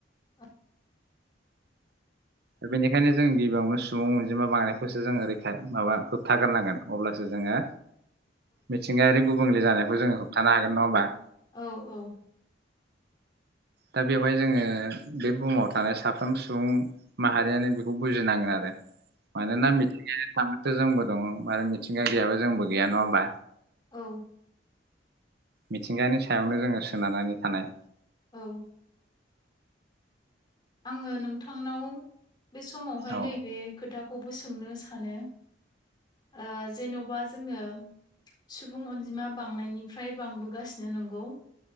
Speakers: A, on the left (about 25°); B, on the right (about 55°).
A: औ
B: दा बेनिखायनो जों गिबियावनो सुबुं अनजिमा बांनायखौसो जोङो रैखा माबा होबथाग्रनांगोन अब्लासो जोङो मिथिंगायारि गुबुंले जानाय जोङो होबथानो हागोन नङ होनबा
A: औ औ
B: दा बेवहाय जोङो बे बुहुमाव थानाय साफ्रोम सुबुं माहारियानो बेखौ बुजिनांगोन आरो मानोना मिथिंगायाव थ' जोंबो दङ आरो मिथिंगा गैयाबो जोंबो गैया नङा होमबा
A: औ
B: मिथिंगानि सायावनो जोङो सोनारनानै थानाय
A: औ आङो नोंथांनाव बे समावहाय
B: औ
A: नैबे खोथाखौ खौबो सोंनो सानो ओ जेन'बा जोङो सुबुं अनजिमा बांनायनिफ्राय बांबोगासिनो नंगौ